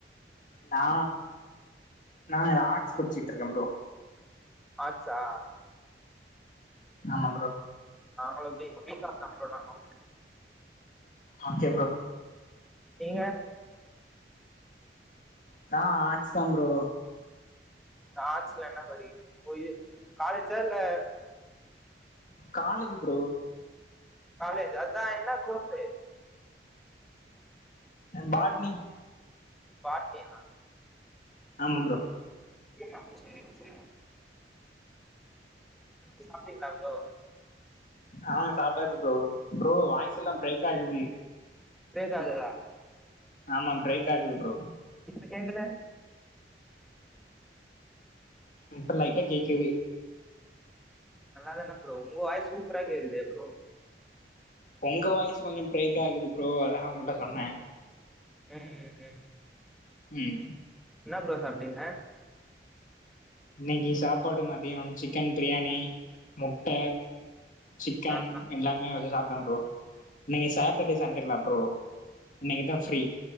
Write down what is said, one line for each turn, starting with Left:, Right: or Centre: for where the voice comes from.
Left: நா நா ஆர்ட்ஸ் படிச்சிட்ருக்கே ப்ரோ
Centre: ஆச்சா
Left: ஆமாம் ப்ரோ
Centre: நாங்களு பி பி காம்தா ப்ரோ நானு
Left: ஆக்கே ப்ரோ
Centre: நீங்க
Left: தா ஆர்ட்ஸ்தாம் ப்ரோ
Centre: ஆர்ட்ஸ்ல என்ன படிகி போயி காலேஜா இல்ல
Left: காலேஜி ப்ரோ
Centre: காலேஜா அதா என்னா கோர்ஸு
Left: அ பாட்னி
Centre: பாட்னியா
Left: ஆமா ப்ரோ
Centre: ம் சேர் சே சாப்ட்டீங்ளா ப்ரோ
Left: ஆ சாப்ட்டாச்சு ப்ரோ ப்ரோ வாய்ஸ் எல்லாம் பிரைக் ஆகுது
Centre: பிரேக் ஆகுதா
Left: ஆமா பிரைக் ஆகுது ப்ரோ
Centre: இப்ப கேகல
Left: இப்ப லைட்டா கேக்கிது
Centre: நல்லா தானே ப்ரோ உங்க வாய்ஸ் சூப்பரா கேகுதே ப்ரோ
Left: பொங்க வாய்ஸு கொஞ்சோ பிரேக் ஆகுது ப்ரோ அதாம் ஒங்கள்ட சொன்னே
Centre: ம் ம்
Left: ம்
Centre: என்னா ப்ரோ சாப்ட்டீங்க
Left: இன்னைகி சாப்பாடு மதியம் சிக்கன் பிரியாணி முட்ட சிக்கன்
Centre: ஆ ஆ
Left: எல்லாமே வெச்சு சாப்டேம் ப்ரோ இன்னைகி சாட்டர்டே சண்டேல்லா ப்ரோ இன்னைக்குதா ஃப்ரீ